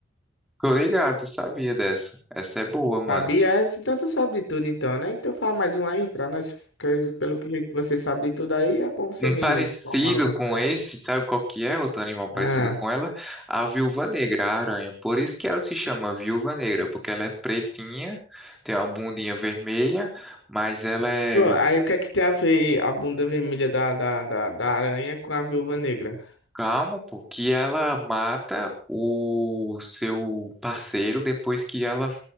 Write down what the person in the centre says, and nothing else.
Tô ligado, sabia dessa. Essa é boa, mano.
Um
parecido
com
esse,
sabe qual que é outro animal parecido
com ela? A viúva negra, a aranha. Por isso que ela se chama viúva negra, porque ela é pretinha, tem uma bundinha vermelha, mas ela é
calma, pô, que ela mata o seu parceiro depois que ela